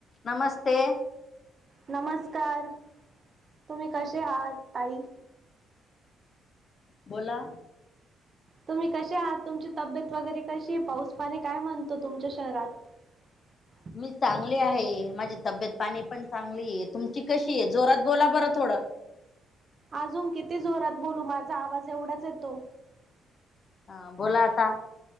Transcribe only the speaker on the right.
नमस्कार तुम्ही कसे आहात ताई
तुम्ही कसे आहात तुमची तब्येत वगैरे कशी पाऊस पानी काय म्हणतो तुमच्या शहरात <unintelligible>
अजून किती जोरात बोलू माझा आवाज एवढाच येतो